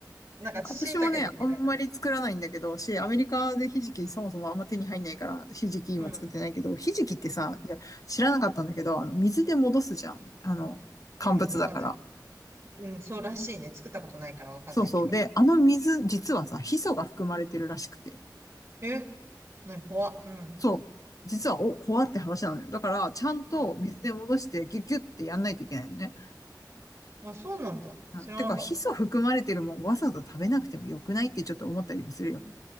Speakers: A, on the right; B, on the left.
A: なんか、
B: 私もね、
A: 椎茸が嫌いだから。
B: あんまり作らないんだけど、し、アメリカでひじきそもそもあんま手に入んないから、ひじき今作ってないけど、
A: うん、
B: ひじきってさ、
A: うん、
B: いや、知らなかったんだけど、あの、水で戻すじゃん。あの、乾物だから。
A: うん、わかんない。うん、そうらしいね。作ったことないからわかんないけど。
B: そうそう。で、あの水、実はさ、
A: うん
B: ヒ素が含まれてるらしくて。
A: え、なんか怖うん、
B: そう。実は、お、怖って話なのよ。だから、ちゃんと水で戻して、
A: うん。
B: ギュッギュッってやんないといけないのね。
A: あ、そうなんだ。
B: うんてか、
A: 知らなかった。
B: ヒ素含まれてるもん、わざわざ食べなくてもよくないってちょっと思ったりもするよね。